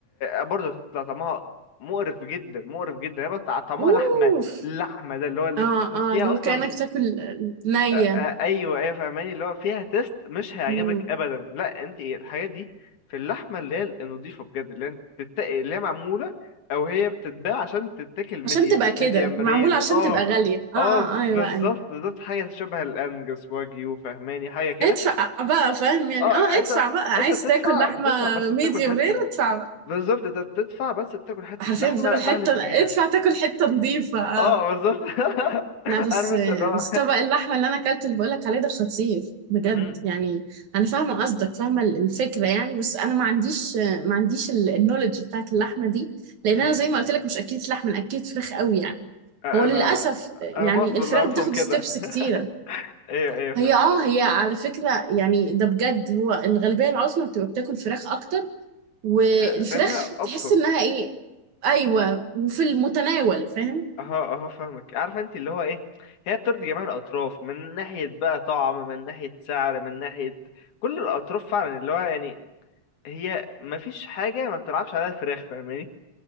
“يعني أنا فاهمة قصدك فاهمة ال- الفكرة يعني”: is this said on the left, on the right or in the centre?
Right